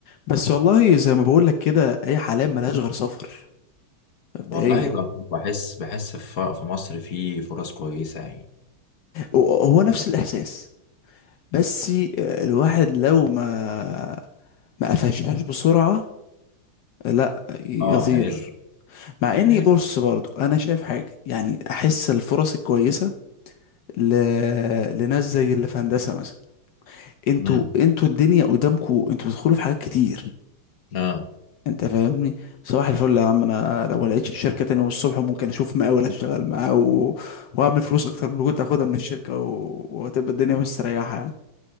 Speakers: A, on the left (about 80°); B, on the left (about 55°).
A: بس والله زي ما بقول لك كده اي حلال ملهاش غير سفر مبدئيا
B: والله ب- بحس بحس في في مصر في فرص كويسة يعني
A: هو هو نفس الاحساس بس الواحد لو ما ما قفشهاش بسرعه لا يطير
B: اه عايز
A: مع اني
B: عايز
A: بص برضو انا شايف حاجه يعني احس الفرص الكويسه ل... لناس زي اللي في هندسه مثلا انتوا
B: امم
A: انتوا الدنيا قدامكوا انتوا بتدخلوا في حاجات كتير
B: اه
A: انت فاهمني صباح الفل يا عم انا لو ما لقيتش الشركه تاني يوم الصبح ممكن اشوف مقاول اشتغل معاه و... واعمل فلوس اكتر من اللي كنت اخدها من الشركه و... وهتبقى الدنيا مستريحه يعني